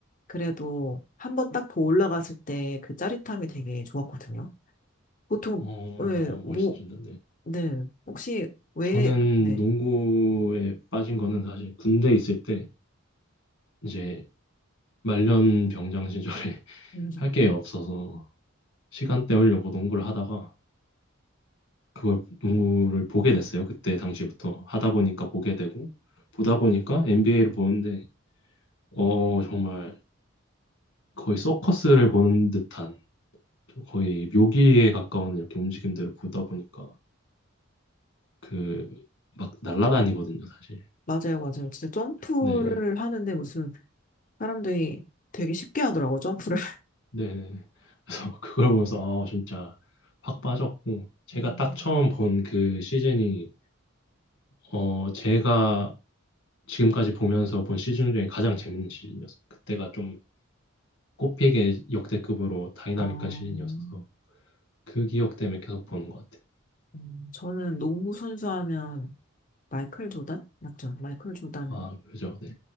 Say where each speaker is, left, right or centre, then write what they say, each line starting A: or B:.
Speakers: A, on the left; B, on the left.
A: 그래도 한 번 딱 더 올라갔을 때 그 짜릿함이 되게 좋았거든요. 보통,
B: 어,
A: 네, 뭐,
B: 멋있으신다.
A: 네. 혹시 왜,
B: 저는
A: 네.
B: 농구에 빠진 거는 사실 군대 있을 때 이제 말년 병장 시절에 <laughs>
A: <laughs> 음,
B: 할 게 없어서 시간 때우려고 농구를 하다가 그걸 농구를 보게 됐어요. 그때 당시부터 하다 보니까 보게 되고 보다 보니까 NBA를 보는데 어 정말 거의 서커스를 보는 듯한 거의 묘기에 가까운 이렇게 움직임들을 보다 보니까 그 막 날라다니거든요, 사실.
A: 맞아요, 맞아요. 진짜 점프를
B: 네.
A: 하는데 무슨 사람들이 되게 쉽게 하더라고요, 점프를.
B: 네 그래서 <laughs> 그걸 보면서 아, 진짜 확 빠졌고 제가
A: 음,
B: 딱 처음 본 그 시즌이 어 제가 지금까지 보면서 본 시즌 중에 가장 재밌는 시즌이었어요. 그때가 좀 꼽히게 역대급으로 다이나믹한
A: 아,
B: 시즌이었어서 그 기억 때문에 계속 보는 것 같아요.
A: 음, 저는 농구 선수 하면 마이클 조단? 맞죠? 마이클 조단밖에
B: 아, 그죠. 네.